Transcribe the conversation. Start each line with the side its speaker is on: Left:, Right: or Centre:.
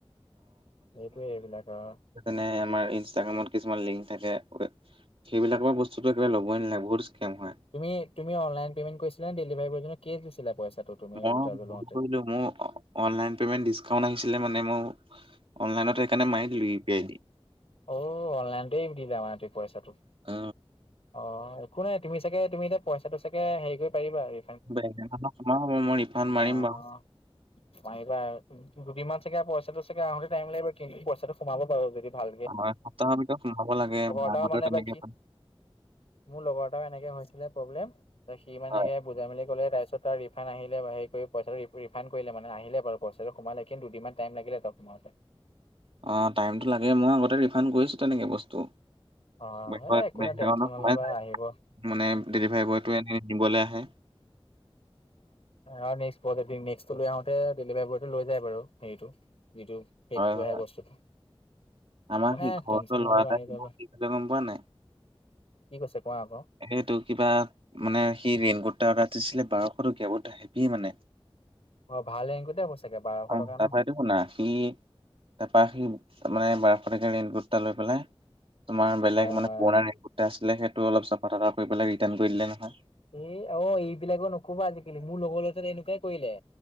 Left: সেইটোৱেই এইবিলাক আৰু
Right: নে আমাৰ ইনষ্টাগ্ৰামত কিছুমান লিংক থাকে। সেইবিলাকৰ বস্তুতটো একবাৰে ল'বই নালগে বহুত ক্সেম হয়।
Left: তুমি-তুমি অনলাইন পে'মেণ্ট কৰিছিলা নে ডেলিভাৰ বয়জনে কেচ দিছিলে পইচাটো? তুমি
Right: মই
Left: ৰিচাৰ্জটো
Right: মোৰ
Left: লওঁতে?
Right: কিলো মোৰ অনলাইন পেমেণ্ট ডিছকাউণ্ট আহিছিলে মানে ম'ও অনলাইনত সেকানে মানে মাৰি দিলো ইউ পি আইদি।
Left: অ' অনলাইনতেই দিবা মানে পইচাটো।
Right: অ
Left: অ, একো নাই তুমি চাগে তুমি এতিয়া পইচাটো চাগে হেৰি কৰি পাৰিবা আৰু।
Right: বেলেগ দিনাখন কম মই ৰিফাণ্ড
Left: অ',
Right: মাৰিম বাৰু।
Left: পাৰিবা দুদিনমান চাগে পইচাটো চাগে আহোতে টাইম লাগিব কিন্তু পইচাটো সোমাব বাৰু যদি ভাল
Right: আমাৰ সপ্তাহৰ ভিতৰত সোমাব লাগে, মই
Left: এটাও
Right: মাতে
Left: মানে
Right: তেনেকে
Left: এবাৰ কি মোৰ লগৰ এটা এনেকে হৈছিলে প্ৰব্লেম সি মানেকে
Right: হয়
Left: বুজাই মে'লি কলে তাৰপিছ তাৰ ৰিফাণ্ড আহিলে হে কৰি পইচা ৰিফাণ কৰিলে মানে আহিলে বাৰু পইচা সোমালে কিন্তু দুদিন টাইম লাগিলে তাৰ সোমাওতে।
Right: অ, টাইমটো লাগে মই আগতে ৰিফাণ্ড কৰিছো তেনেকে বস্তু।
Left: অ
Right: ত
Left: এ একো
Right: সোমাই
Left: নাই টেনচন নল'বা
Right: যায়
Left: আহিব
Right: মানে ডেলিভাৰী বয়টোৱে এনে নিবলে আহে।
Left: অ, নেক্সট-নেক্সটটো লৈ আহোতে ডেলিভাৰী বয়টো লৈ যায় বাৰু হেৰিটো। যিটো সেইটটো
Right: হয় হয়
Left: আহে বস্তুটো।
Right: আমাৰ
Left: একো নাই
Right: সেই ঘৰৰ
Left: টেনচন
Right: ওচৰৰ ল'ৰা
Left: নল'বা
Right: এটাই
Left: আহি যাব
Right: কি কৰিলে গম পোৱা নাই?
Left: কি কৈছে কোৱা আকৌ?
Right: সেইটো কিবা মানে সেই ৰেইনকোট এটা অৰ্ডাৰ দিছিলে বাৰশ টকীয়া বহুত হেভি মানে।
Left: অ ভাল ৰেংকতে হ'ব চাগে বাৰশ
Right: অ',
Left: টকা
Right: তাৰ
Left: নহয়
Right: পৰা এইটো শুনা, সি। তাৰপৰা সি মানে বাৰশটকিয়া ৰেইনকুট এটা লৈ পেলাই তোমাৰ বেলেগ
Left: হয়
Right: মানে
Left: হয়
Right: পুৰণা ৰেইন কুট আছিলে সেইটো অলপ চাফা তাফা কৰিপেলাই ৰিটাৰ্ণ কৰি দিলে নহয়।
Left: এ অ, এইবিলাকো নকবা আজিকালি মোৰ লগৰ লগত এনেকুৱাই কৰিলে।